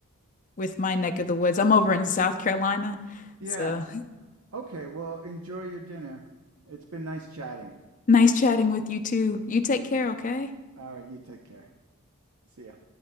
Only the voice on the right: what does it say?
Yeah.
Okay. Well, enjoy your dinner. It's been nice chatting.
All right. You take care. See ya.